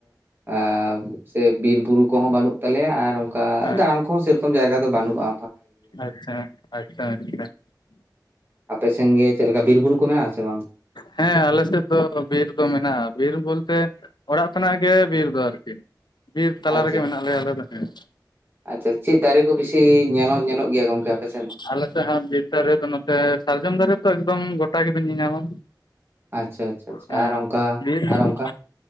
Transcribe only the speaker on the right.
ᱟᱨ ᱥᱮ ᱵᱤᱨ ᱵᱩᱨᱩ ᱠᱚ ᱦᱚᱸ ᱵᱟᱹᱱᱩᱜ ᱛᱟᱞᱮᱭᱟ ᱟᱨ ᱚᱱᱠᱟ
ᱫᱟᱬᱟᱱ ᱠᱚ ᱦᱚᱸ ᱥᱮᱨᱚᱠᱚᱢ ᱡᱟᱭᱜᱟ ᱫᱚ ᱵᱟᱹᱱᱩᱜ-ᱟ
ᱟᱯᱮ ᱥᱮᱱ ᱜᱮ ᱪᱮᱫ ᱞᱮᱠᱟ ᱵᱤᱨᱵᱩᱨᱩ ᱠᱚ ᱢᱮᱱᱟᱜᱼᱟ ᱥᱮ ᱵᱟᱝ?
ᱟᱪᱪᱷᱟ
ᱟᱪᱪᱷᱟ ᱪᱮᱫ ᱫᱟᱨᱮ ᱠᱚ ᱵᱤᱥᱤ ᱧᱮᱞᱚᱜ ᱧᱮᱞᱚᱜ ᱜᱮᱭᱟ ᱜᱚᱝᱠᱮ ᱟᱯᱮ ᱥᱮᱱ?
ᱟᱪᱪᱷᱟ ᱟᱪᱪᱷᱟ ᱟᱪᱪᱷᱟ
ᱟᱨ ᱚᱱᱠᱟ
ᱟᱨ ᱚᱱᱠᱟ